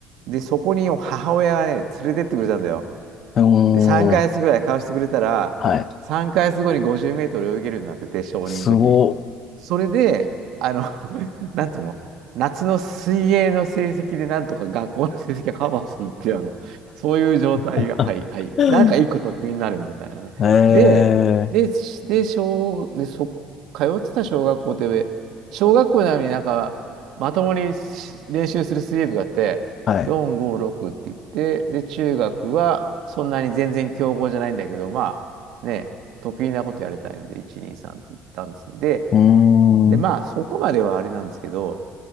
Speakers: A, on the right (about 70°); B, on the left (about 45°).
A: で、そこに母親がね、連れてってくれたんだよ。
B: おーん
A: で、3ヶ月ぐらい買わしてくれたら、
B: はい。
A: 3ヶ月後に50メートル泳げるようになってて、小認の時に。
B: すご。
A: それで、あの、<laughs> なんていうの夏の水泳の成績でなんとか学校の成績がカバーするっていう、あの、そういう状態が、
B: <laughs>
A: はい、はい。なんか一個得意になるみたいなね。
B: ええ
A: で、で、しで、小、で、そ、通ってた小学校って、小学校なのになんか、まともにし練習する水泳部があって、
B: はい。
A: 4、5、6って言って、で、中学はそんなに全然強豪じゃないんだけど、まあ、ね、得意なことやりたいので、1、2、3って言ったんですね。で、
B: うーん。
A: で、まあ、そこまではあれなんですけど、